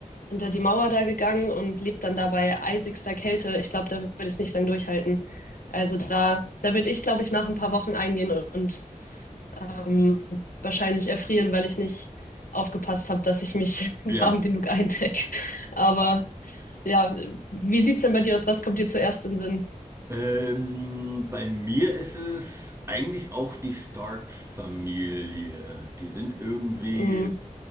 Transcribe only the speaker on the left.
hinter die Mauer da gegangen und lebt dann da bei eisigster Kälte. Ich glaube, da würde ich nicht lang durchhalten. Also da, da würde ich, glaube ich, nach ein paar Wochen eingehen und, und ähm, wahrscheinlich erfrieren, weil ich nicht aufgepasst habe, dass ich mich <laughs> warm
genug eindecke. Aber ja, wie sieht's denn bei dir aus? Was kommt dir zuerst in den Sinn?
Mhm.